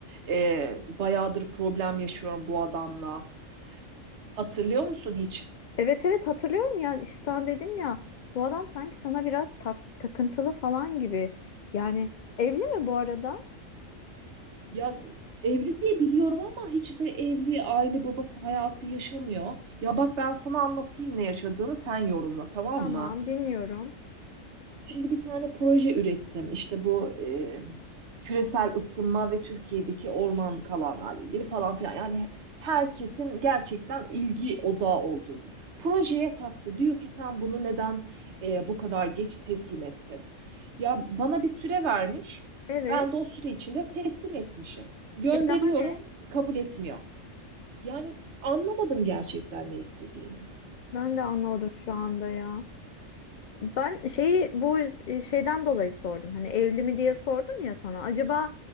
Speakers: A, on the right; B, on the left.
A: Ee, bayağıdır problem yaşıyorum bu adamla. Hatırlıyor musun hiç?
B: Evet evet hatırlıyorum ya işte sen dedim ya bu adam sanki sana biraz tak- takıntılı falan gibi. Yani evli mi bu arada?
A: Ya evli diye biliyorum ama hiç de evli aile babası hayatı yaşamıyor. Ya bak ben sana anlatayım ne yaşadığımı sen yorumla tamam
B: Tamam
A: mı?
B: dinliyorum.
A: Şimdi bir tane proje ürettim. İşte bu e, küresel ısınma ve Türkiye'deki ormanlık alanlarla ilgili falan filan. Yani herkesin gerçekten ilgi odağı olduğu bir projeye taktı. Diyor ki sen bunu neden e, bu kadar geç teslim ettin? Ya bana bir süre vermiş.
B: Evet.
A: Ben de o süre içinde teslim etmişim. Gönderiyorum,
B: E daha ne?
A: kabul etmiyor. Yani anlamadım gerçekten ne istediğini.
B: Ben de anlamadım şu anda ya. Ben şeyi bu e, şeyden dolayı sordum. Hani evli mi diye sordum ya sana. Acaba